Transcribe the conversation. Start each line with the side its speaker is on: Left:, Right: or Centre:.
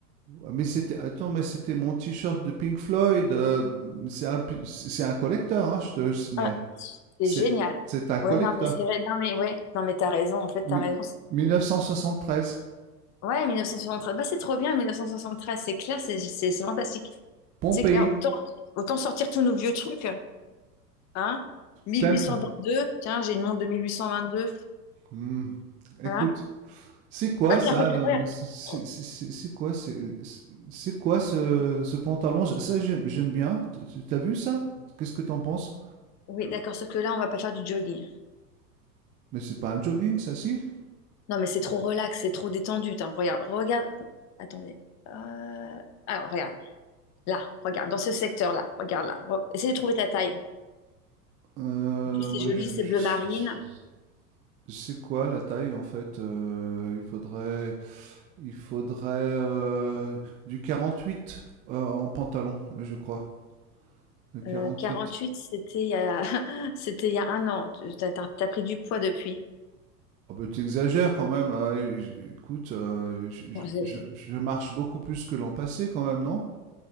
Right: ouais, mais c'était attends, mais c'était mon t-shirt de Pink Floyd. euh, c'est un pi- c'est c'est un collecteur, hein, je te signale.
Left: Ah, c'est
Right: C'est
Left: génial.
Right: c'est un collecteur.
Left: Ouais, non, mais c'est vrai. Non, mais ouais, non, mais t'as raison. En fait,
Right: Mi-
Left: t'as raison.
Right: 1973.
Left: Ouais, 1973. Bah, c'est trop bien, 1973. C'est clair, c'est c'est- c'est fantastique.
Right: Pompéi.
Left: C'est clair. Autant, autant sortir tous nos vieux trucs. Hein? 1822.
Right: Tempa.
Left: Tiens, j'ai une montre de 1822.
Right: Hmm. Écoute,
Left: Voilà.
Right: c'est quoi
Left: Ah,
Right: ça
Left: tiens, regarde.
Right: là
Left: regarde.
Right: C'est
Left: Re-
Right: c'est- c'est- c'est quoi c'est c'est- c'est quoi ce, ce pantalon Ça j'aime j'aime bien. Tu- tu- T'as vu ça Qu'est-ce que t'en penses
Left: Oui, d'accord. Sauf que là, on va pas faire du jogging.
Right: Mais c'est pas un jogging ça si
Left: Non, mais c'est trop relax, c'est trop détendu. tiens. Regarde, regarde. Attendez. Euh, Alors, regarde. Là, regarde. Dans ce secteur-là. Regarde là. Re- Essaye de trouver ta taille.
Right: Euh,
Left: En plus, c'est
Right: moi,
Left: joli,
Right: je-
Left: c'est
Right: je
Left: bleu
Right: suis-
Left: marine.
Right: je- C'est quoi la taille en fait Euh, Il faudrait il faudrait euh, du 48 euh, en pantalon, je crois. Le 48.
Left: Euh, 48, c'était il y a... <laughs> c'était il y a un an. Tu- T'as, t'as- t'as pris du poids depuis.
Right: Ah bah, tu exagères quand même. hein. J- Écoute, euh, je, je-
Left: Bon, j'ai-
Right: je-
Left: j'ai-
Right: je marche beaucoup plus que l'an passé quand même, non?